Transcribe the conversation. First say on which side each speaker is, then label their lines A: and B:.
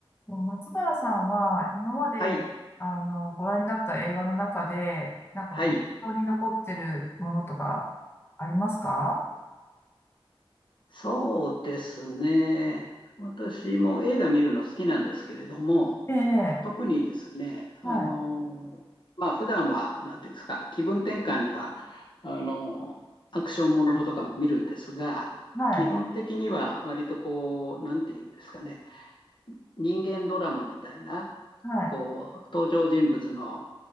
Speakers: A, on the left (about 25°); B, on the left (about 55°).
A: もう松原さんは今まであのご覧になった映画の中で、
B: はい、
A: なんかこう、
B: はい、
A: 印象に残ってるものとかありますか
B: そうですね。私も映画見るの好きなんですけれども、
A: ええ、
B: 特にですね、あの、
A: はい、
B: まあ、普段は、なんていうんですか、気分転換には、あの、アクションものとかも見るんですが、
A: はい、
B: 基本的には割とこう、なんていうんですかね、人間ドラマみたいな、
A: はい、
B: こう、登場人物の、